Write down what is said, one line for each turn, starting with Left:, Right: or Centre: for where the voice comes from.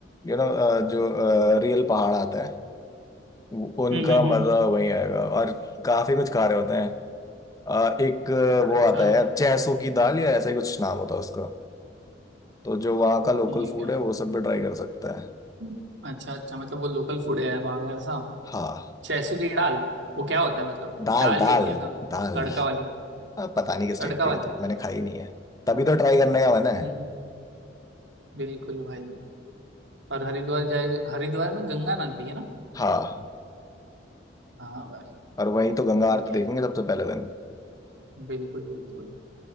Left: यू नो जो रियल पहाड़ आते हैं वो- उनका
Right: हम्म हम्म
Left: मजा वहीं आएगा और काफी कुछ खा रहे होते हैं अ, एक अ,
Right: हम्म,
Left: वो
Right: अच्छा
Left: आता है चैसू की दाल या ऐसा ही कुछ नाम होता है उसका तो जो वहाँ का लोकल
Right: ठीक
Left: फूड
Right: है
Left: है वो सब भी ट्राई कर सकता है
Right: हम्म, अच्छा अच्छा मतलब वो लोकल फूड है वहाँ का ऐसा
Left: हाँ
Right: छैसू की दाल वो क्या होता है मतलब
Left: दाल
Right: दाल
Left: दाल
Right: ही होती है ऐसा
Left: दाल
Right: तड़का वाली
Left: अब पता नहीं किस
Right: तड़का
Left: टाइप की
Right: वाली
Left: होती है मैंने खाई नहीं है तभी तो ट्राई करने का मन है
Right: हम्म हम्म, बिल्कुल भाई और हरिद्वार जाएगा हरिद्वार में गंगा नदी है ना
Left: हाँ
Right: हाँ भाई
Left: और वहीं तो
Right: ठीक
Left: गंगा आरती
Right: है
Left: देखेंगे सबसे पहले दिन
Right: बिल्कुल बिल्कुल